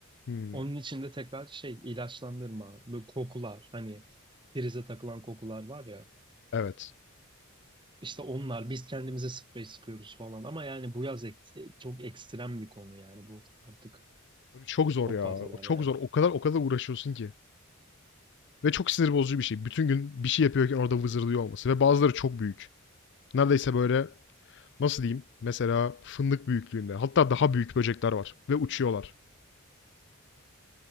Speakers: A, on the left (about 55°); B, on the right (about 25°).
A: Hmm,
B: Onun için de tekrar şey ilaçlandırma, böyle kokular hani prize takılan kokular var ya.
A: evet.
B: İşte onlar biz kendimize sprey sıkıyoruz falan ama yani bu yaz ek- e, çok ekstrem bir konu yani bu artık
A: Abi çok zor
B: çok
A: ya.
B: fazlalar
A: O Çok
B: yani.
A: zor. O kadar o kadar uğraşıyorsun ki. Ve çok sinir bozucu bir şey. Bütün gün bir şey yapıyorken orada vızırdıyor olması. Ve bazıları çok büyük. Neredeyse böyle nasıl diyeyim? Mesela fındık büyüklüğünde. Hatta daha büyük böcekler var. Ve uçuyorlar.